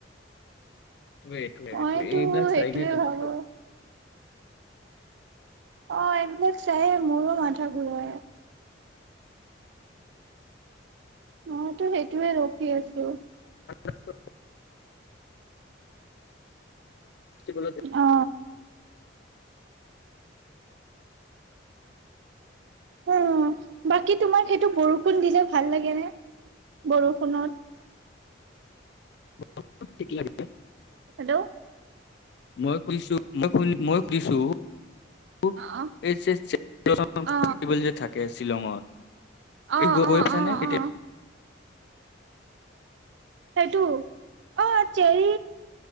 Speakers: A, on the left; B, on the right.
A: এটোৱে
B: মইতো
A: এটোৱে, এইবিলাক চাই
B: সেইটোয়ে
A: গে তমাকাল
B: ভাবো অ এইবিলাক চায়ে মোৰো মাথা ঘূৰায়। অ তো সেইটোয়ে ৰখি আছো।
A: <unintelligible> কিনে
B: অ উম বাকী তোমাক সেইটো বৰষুণ দিলে ভাল লাগে নে, বৰষুণত?
A: অলপ থিকে আগিছে।
B: হেল্ল'
A: মই খুজিছো মই, মই খুজিছো। <unintelligible>
B: অ অ অ
A: গৈ
B: অ
A: গৈ পাইছানে
B: অ
A: কেতিয়াবা?
B: অ সেইটো অ চেৰি।